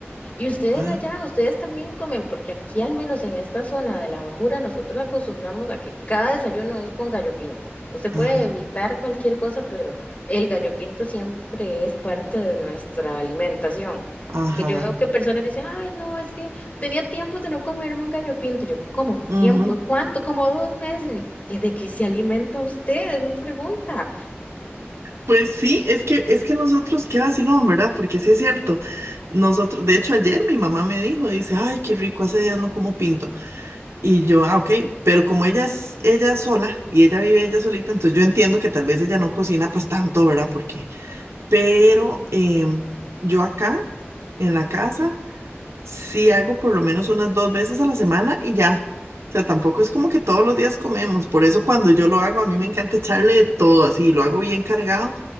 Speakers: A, on the left; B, on the right.
A: Y ustedes
B: Ah,
A: allá, ustedes también comen, porque aquí al menos en esta zona de la Bajura nosotros acostumbramos a que cada desayuno es con gallo pinto. Usted
B: ajá,
A: puede evitar cualquier cosa, pero el gallo pinto siempre es parte de nuestra alimentación.
B: ajá.
A: Que yo veo que personas dicen, ay, no, es que tenía tiempo de no comerme un gallo pinto. Yo, ¿cómo?
B: ujú.
A: ¿Tiempo? ¿Cuánto? Como dos meses. ¿Y de qué se alimenta usted? Es mi pregunta.
B: Pues sí, es que, es que nosotros, qué vacilón, ¿verdad? Porque sí es cierto. Nosotros, de hecho, ayer mi mamá me dijo, dice, ay, qué rico, hace días no como pinto. Y yo, ah, ok, pero como ella es ella es sola y ella vive ella solita, entonces yo entiendo que tal vez ella no cocina pues tanto, ¿verdad? Porque, pero em, yo acá en la casa sí hago por lo menos unas dos veces a la semana y ya. O sea, tampoco es como que todos los días comemos. Por eso cuando yo lo hago, a mí me encanta echarle de todo así, lo hago bien cargado